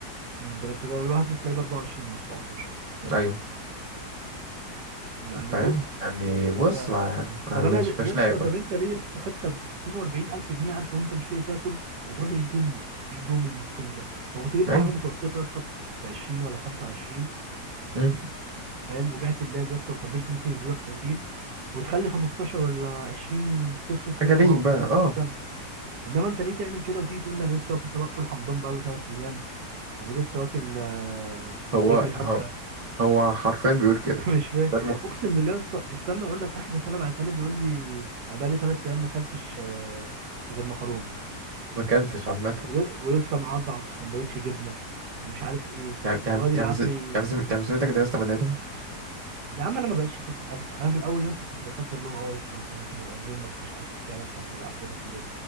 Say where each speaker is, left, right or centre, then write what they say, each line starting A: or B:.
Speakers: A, on the right (about 80°); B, on the right (about 40°).
A: مم، ده انت لوحده تلاقيه ب 24 ولا ب 17
B: ايوه
A: يعني
B: فاهم
A: بص
B: يعني بص
A: ف
B: ما ما-
A: طب انا
B: مش
A: ل-
B: مش
A: يا اسطى
B: لاعب برضه
A: طب انت ليه يا اسطى خدت ب 42000 جنيه 1000 وانت مش لاقي تاكل وتروح تجيب بيهم تجيب بيهم من كل ده طب ما كنت جبت
B: ايوه
A: حاجه متوسطه يا اسطى ب 20 ولا 25
B: مم.
A: فاهم وبعت اللاب يا اسطى وكملت ممكن يجيبوا لك 30 وتخلي 15 ولا 20 تصرف
B: حاجه
A: منهم
B: ليك
A: او
B: بقى
A: تخليهم
B: اه
A: قسطا انما انت ليه تعمل كده وتيجي تقول لي انا لسه واكل طبق فول حمضان بقاله ثلاث ايام ولسه واكل آه،
B: هو
A: رجلي فرخه
B: هو هو حرفيا بيقول كده
A: <laughs> مش فاهم
B: ده الم-
A: اقسم بالله يا اسطى استنى اقول لك اخر رساله بعتها لي بيقول لي انا بقالي ثلاث ايام ما اكلتش آه، غير مكرونه
B: ما اكلتش عامه
A: ول- ولسه معضعض في سندوتش جبنه ومش عارف ايه
B: يعني يعني
A: ويقعد يبعت
B: يعني بز- يعني
A: لي
B: بز- يعني بذمتك ده يا اسطى بني ادم
A: يا عم انا ما بقتش اصدق الف انا في الاول يا اسطى كنت بصدق اللي هو اه يا اسطى انت ممكن يبقى اليوم ما فيهوش اكل فعلا بتحصل عندنا كلنا